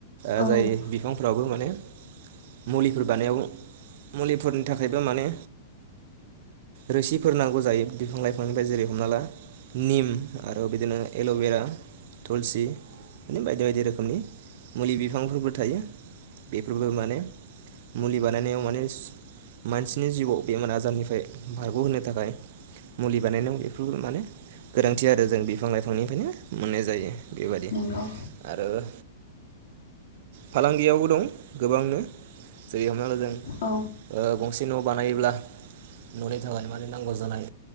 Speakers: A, on the right; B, on the left.
A: ओ
B: औ उम
A: जाय बिफांफोरावबो माने ने मुलिफोर बानायाव मुलिफोरनि थाखायबो माने रोसिफोर नांगौ जायो बिफां लाइफांनिफ्राय जेरै हमना ला निम आरो बिदिनो एल'भेरा थुलसि बायदि बायदि रोखोमनि मुलि बिफांफोरबो थायो बेफोरबो माने मुलि बानायनायाव माने सु- मानसिनि जिउआव बेमार आजारनिफ्राय बारग'होनो थाखाय मुलि बानायनांगौ बेखौ माने गोनांथि आरो जों बिफां लाइफांनिफ्रायनो मोननाय जायो बेबादि
B: नंगौ
A: आरो फालांगियावबो दं गोबांनो जेरै हमना ला जों
B: औ
A: ओ गंसे न' बानायोब्ला न'नि थाखाय माने नांगौ जानाय